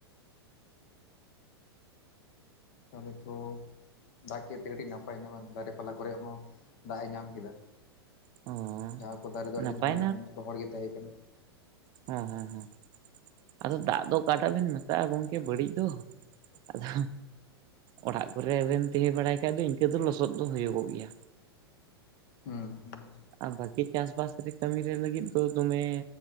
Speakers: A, on the left; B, on the right.
A: ᱛᱟᱦᱚᱞᱮ ᱛᱚ ᱫᱟᱜ ᱠᱮᱜ ᱛᱮ ᱟᱹᱰᱤ ᱱᱟᱯᱟᱭ ᱱᱟ ᱵᱟᱝ, ᱫᱟᱨᱮ ᱯᱟᱞᱟ ᱠᱚᱨᱮᱜ ᱦᱚᱸ ᱫᱟᱜ ᱮ ᱧᱟᱢ ᱠᱮᱫᱟ᱾
B: ᱦᱚᱸ
A: ᱡᱟᱦᱟᱸ ᱠᱚ ᱫᱟᱨᱮ ᱫᱚ ᱟ.
B: ᱱᱟᱯᱟᱭ
A: ᱰᱤ ᱫᱤᱱ ᱠᱷᱚᱱ ᱨᱚᱦᱚᱲ ᱜᱮ ᱛᱟᱦᱮᱸ ᱠᱟᱱᱟ᱾
B: ᱦᱮᱸ ᱦᱮᱸ ᱦᱮᱸ᱾ ᱟᱫᱚ ᱫᱟᱜ ᱫᱚ ᱚᱠᱟᱴᱟᱜ ᱵᱤᱱ ᱢᱮᱛᱟᱜᱼᱟ ᱜᱚᱢᱠᱮ ᱵᱟᱹᱲᱤᱡ ᱫᱚ ᱟᱫᱚ᱾ ᱚᱲᱟᱜ ᱠᱚᱨᱮᱵᱮᱱ ᱛᱟᱦᱮᱸ ᱵᱟᱲᱟᱭ ᱠᱷᱟᱡ ᱫᱚ ᱤᱱᱠᱟᱹ ᱫᱚ ᱞᱚᱥᱚᱫ ᱫᱚ ᱦᱩᱭᱩᱜᱚᱜ ᱜᱮᱭᱟ᱾
A: ᱦᱩᱸ᱾
B: ᱟᱨ ᱵᱷᱟᱜᱮ ᱪᱟᱥᱵᱟᱥ ᱨᱮ ᱠᱟᱹᱢᱤ ᱨᱮ ᱞᱟᱹᱜᱤᱫ ᱫᱚ ᱫᱚᱢᱮ